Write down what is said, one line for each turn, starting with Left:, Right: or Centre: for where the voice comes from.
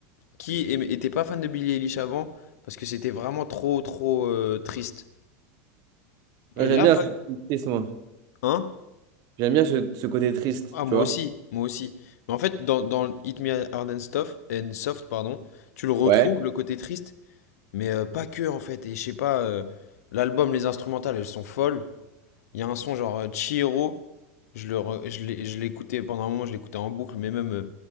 Left: qui aimait- étaient pas fan de Billie Eilish avant parce que c'était vraiment trop, trop euh, triste. Et
Right: Moi, J'aime
Left: là,
Right: bien
Left: pas...
Right: ce côté triste, moi.
Left: Hein?
Right: J'aime bien ce, ce côté triste,
Left: Ah, moi
Right: tu vois.
Left: aussi, moi aussi. Mais en fait, dans, dans Hit Me Hard and Stuff, and Soft, pardon, tu le retrouves,
Right: Ouais.
Left: le côté triste, mais euh, pas que, en fait. Et je sais pas, euh, l'album, les instrumentales, elles sont folles. Il y a un son genre euh, Chihiro, je le re- je l'ai- je l'écoutais pendant un moment, je l'écoutais en boucle, mais même euh,